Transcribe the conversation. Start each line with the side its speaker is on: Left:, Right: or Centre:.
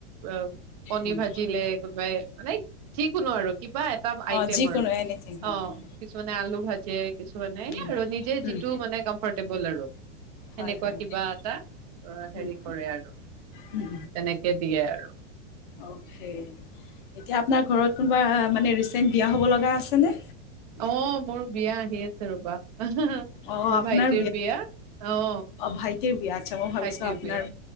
Right: অ কণী
Left: উম
Right: ভাজিলে কোনোবাই মানে যিকোনো আৰু। কিবা এটা আইটেম
Left: অ' যিকোনো
Right: আৰু
Left: এনিথিং হয়
Right: অ
Left: হয়।
Right: কিছুমানে আলু ভাজি। যে কিছুমানে নাই
Left: উম
Right: আৰু নিজে
Left: উম
Right: যিটো মানে কমফৰ্ট ব'ল আৰু সেনেকুৱা
Left: হয় হয়
Right: কিবা
Left: হয়
Right: এটা, আহ হেৰি
Left: উম
Right: কৰে আৰু
Left: উম
Right: তেনেকে দিয়ে আৰু।
Left: অ'কে। এতিয়া আপোনাৰ ঘৰত কোনোবা মানে ৰিচেণ্ট বিয়া হ'ব লগা আছেনে?
Right: অ মোৰ বিয়া আহি আছে ৰবা। মোৰ
Left: অ' আপোনাৰ
Right: ভাইটিৰ বিয়া অ।
Left: ভাইটিৰ বিয়া আচ্ছা মই ভাবিছোঁ
Right: ভাইটিৰ
Left: আপোনাৰ
Right: বিয়া,